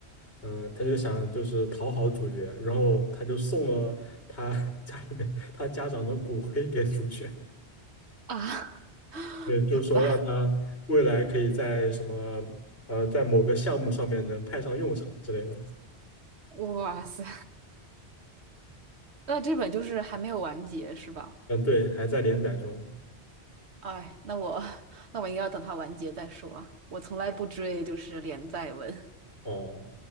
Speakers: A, on the left; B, on the right.
A: 嗯、他就想就是讨好主角，然后他就送了他 <laughs> 家里面他家长的骨灰给主角，
B: <laughs> 啊，
A: 对，就说让他未来可以在什么，
B: 天呐，
A: 呃，在某个项目上面能派上用场之类的，
B: 哇塞，那这本就是还没有完结是吧？
A: 嗯，对，还在连载中，
B: 哎，那我那我应该要等它完结再说。我从来不追就是连载文。
A: 哦，